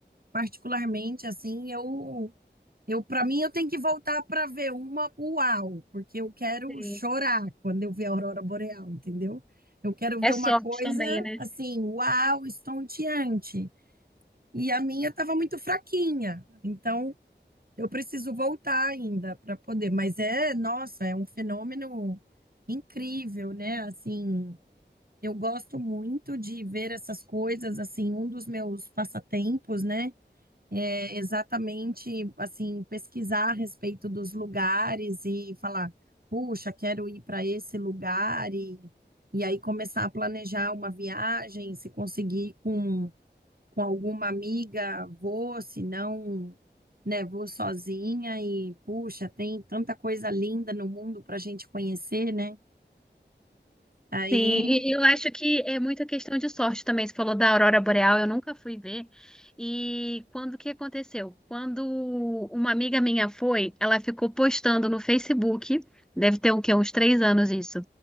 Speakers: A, on the right (about 55°); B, in the centre.
A: particularmente, assim, eu Eu, para mim, eu tenho que voltar para ver uma uau, porque eu quero
B: Sim.
A: chorar quando eu ver a aurora boreal, entendeu? Eu quero
B: É
A: ver
B: sorte
A: uma coisa
B: também, né?
A: assim, uau, estonteante. E a minha estava muito fraquinha, então eu preciso voltar ainda para poder. Mas é, nossa, é um fenômeno incrível, né? Assim, eu gosto muito de ver essas coisas. Assim, um dos meus passatempos, né? é, exatamente assim pesquisar a respeito dos lugares e falar, puxa, quero ir para esse lugar e, e aí começar a planejar uma viagem, se conseguir com, com alguma amiga, vou, se não, né, vou sozinha e puxa, tem tanta coisa linda no mundo para a gente conhecer, né? Aí,
B: Sim, e eu acho que é muita questão de sorte também. Você falou da aurora boreal, eu nunca fui ver. E quando que aconteceu? Quando uma amiga minha foi, ela ficou postando no Facebook, deve ter o quê? Uns três anos isso.